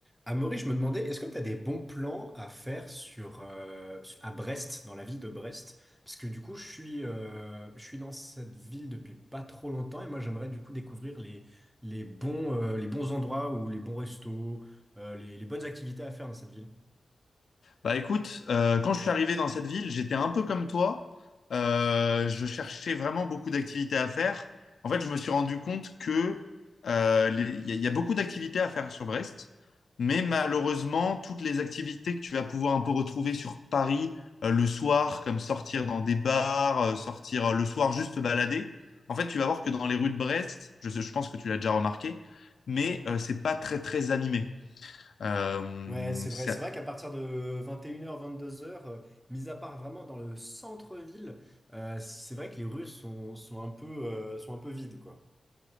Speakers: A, in the centre; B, on the left (about 70°).
A: Amaury, je me demandais, est-ce que tu as des bons plans à faire sur, euh, à Brest, dans la ville de Brest? Parce que du coup, je suis, euh, je suis dans cette ville depuis pas trop longtemps et moi, j'aimerais du coup découvrir les, les bons, euh, les bons endroits ou les bons restos, euh, les, les bonnes activités à faire dans cette ville.
B: Bah écoute, euh, quand je suis arrivé dans cette ville, j'étais un peu comme toi. Euh, je cherchais vraiment beaucoup d'activités à faire. En fait, je me suis rendu compte que euh, les- il y, a il y a beaucoup d'activités à faire sur Brest, mais malheureusement, toutes les activités que tu vas pouvoir un peu retrouver sur Paris euh, le soir, comme sortir dans des bars, euh, sortir euh, le soir juste te balader, en fait, tu vas voir que dans les rues de Brest, je, sais- je pense que tu l'as déjà remarqué, mais euh, c'est pas très très animé. Euh,
A: Ouais, c'est
B: c'est
A: vrai. C'est vrai qu'à partir de 21h, 22h, euh, mis à part vraiment dans le centre-ville, euh, c'est vrai que les rues sont, sont un peu, euh, sont un peu vides, quoi.